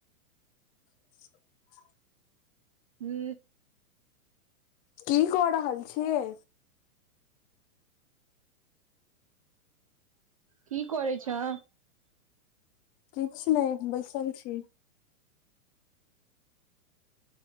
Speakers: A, on the left (about 20°); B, on the right (about 25°).
A: <unintelligible>
B: हू।
A: की कऽ रहल छियै।
B: की करै छै।
A: किछ नहि बैसाल छी